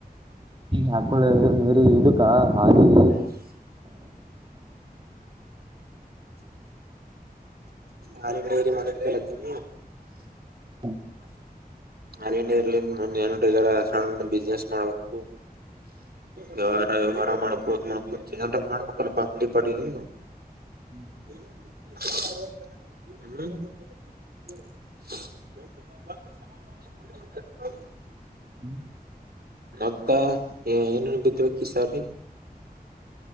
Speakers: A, on the right; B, on the right.
A: ಹ ಹಾ ಬೇರಿ ಇದಕ್ಕ ಹಾಗ <inaudible>
B: ನಾರಿ ಏರಿ ಮಾಡ ಕೇಳತ್ತೀರಿ
A: ಹ್ಮ
B: ನಾನ ಇಂಡ ಇರ್ಲಿ ಏನ ಜರ ಸಣ್ಣ ಬಿಸ್ನೆಸ್ ಮಾಡ್ಬೇಕು ವ್ಯವಾರ ವ್ಯವಾರ ಮಾಡ್ಕೋದ ಮಾಡಕೋ ಮಾಡ್ಬೇಕಲ್ ಪಾರಿ ಪಡಿದ
A: ಹ್ಮ್ <inaudible>
B: ಹ್ಮ <inaudible> <inaudible>
A: ಹ್ಮ್
B: ಮತ್ತ ಏನೇನ್ ಬಿತ್ಬೇಕ ಈಸಾರಿ.